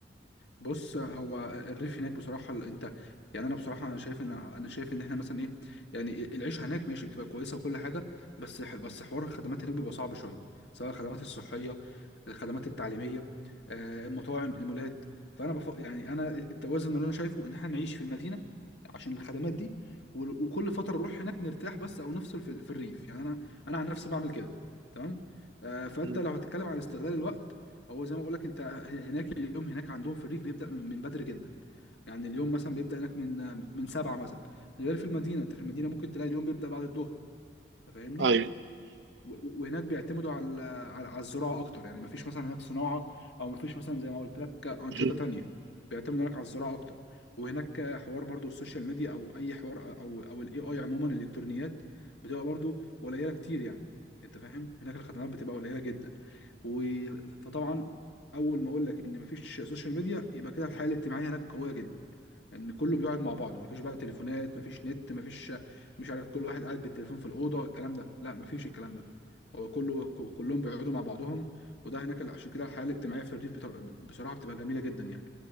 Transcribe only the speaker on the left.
بص هو الريف هناك بصراحة ال- انت يعني انا بصراحة انا شايف ان انا شايف ان احنا مثلا ايه يعني العيشة هناك ماشي بتبقى كويسة وكل حاجة بس ح- بس حوار الخدمات هناك بيبقى صعب شوية سواء الخدمات الصحية الخدمات التعليمية آه، المطاعم المولات فانا بف... يعني انا التوازن اللي انا شايفه ان احنا نعيش في المدينة عشان الخدمات دي و- وكل فترة نروح هناك نرتاح بس او نفصل في, ال- في الريف يعني انا انا عن نفسي بعمل كده تمام آه، فانت
لو هتتكلم عن استغلال الوقت هو زي ما بقول لك انت هناك اليوم هناك عندهم في الريف بيبدا من من بدري جدا يعني اليوم مثلا بيبدا هناك من من سبعة مثلا غير في المدينه انت في المدينه ممكن تلاقي اليوم بيبدا بعد الظهر انت فاهمني
و- و- وهناك بيعتمدوا على على على الزراعه اكتر يعني مفيش مثلا هناك صناعه او مفيش مثلا زي ما قلت لك انشطه
تانية بيعتمدوا هناك على الزراعه اكتر وهناك حوار برضو السوشيال ميديا او اي حوار او او الاي اي عموما الالكترونيات بتبقى برضو قليله كتير يعني انت فاهم هناك الخدمات بتبقى قليله جدا و... فطبعا اول ما اقول لك ان مفيش سوشيال ميديا يبقى كده الحياه الاجتماعيه هناك قويه جدا ان كله بيقعد مع بعضه مفيش بقى تليفونات مفيش نت مفيش مش عارف كل واحد قاعد بالتليفون في الاوضه الكلام ده لا مفيش الكلام ده هو كله ك- كلهم بيقعدوا مع بعضهم وده هناك اللي- عشان كده الحياه الاجتماعيه في الريف بتر- بصراحه بتبقى جميله جدا يعني